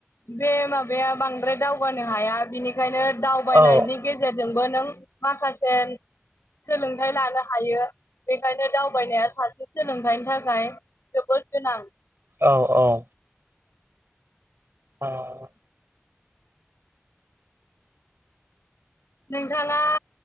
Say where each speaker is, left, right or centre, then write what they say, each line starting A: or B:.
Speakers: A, on the left (about 80°); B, on the right (about 70°).
A: बे माब बे बांद्राय दावगानो हाया बिनिखायनो दावबायनायनि
B: औ
A: गेजेरजोंबो नों माखासे सोलोंथाइ लानो हायो बेखायनो दावबायनाया सासे सोलोंथाइनि थाखाय जोबोद गोनां
B: औ औ। औ
A: नोंथाङा